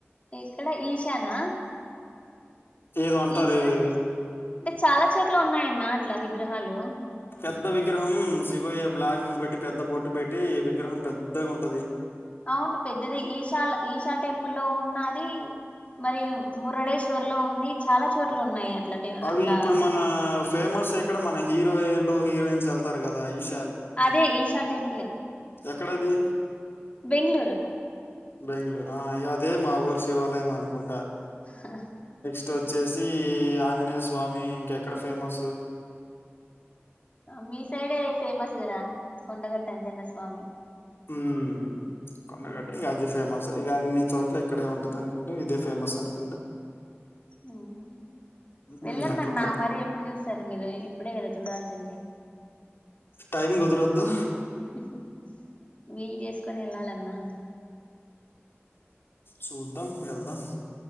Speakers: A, on the left; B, on the left.
A: ఎక్కడ ఈశానా
B: ఏదో అంటారు
A: ఈశా అంటే చాలా చోట్ల ఉన్నాయన్న అట్లా విగ్రహాలు
B: పెద్ద విగ్రహం శివయ్య బ్లాక్ పెట్టి పెద్ద బోటు పెట్టి విగ్రహం పెద్దగా ఉంటది
A: అవును పెద్దది ఈశాల ఈశా టెంపుల్లో ఉన్నది మరి మురడేశ్వర్లో ఉంది చాలా చోట్లు ఉన్నాయి అట్లా టె
B: అవి
A: అట్లా
B: ఇప్పుడు మన ఫేమస్ ఎక్కడ మన హీరోయిన్లు హీరోయిన్స్ ఎళ్తారు కదా ఈశ
A: అదే ఈషా టెంపులే
B: ఎక్కడది
A: బెంగుళూరు
B: బెంగుళూర్ ఆ అదే మాఊరు శివాలయం అనుకుంటా
A: <inaudible>
B: క్స్ట్ వచ్చేసి ఆంజనేయస్వామి ఇంకెక్కడ ఫేమసు
A: మీసైడే ఫేమస్ గదా కొండగట్టు అంజన్నస్వామి
B: ఉమ్మ్ కొండగట్టు ఇక అది ఫేమస్ ఇక అన్ని చోట్ల ఇక్కడే ఉంటది అనుకుంట ఇదే ఫేమస్ అనుకుంట
A: ఉమ్మ్ వెళ్ళండన్న
B: ఉమ్ అట్లా
A: మరి ఎప్పుడు చూస్తారు మీరు ఇప్పుడే కదా చూడాలి సింది
B: టైమ్ కదరోద్దు
A: ఉహుమ్మ్ వీళ్ళు చేసుకొని వెళ్ళాలన్నా
B: చూద్దాం ఎల్దా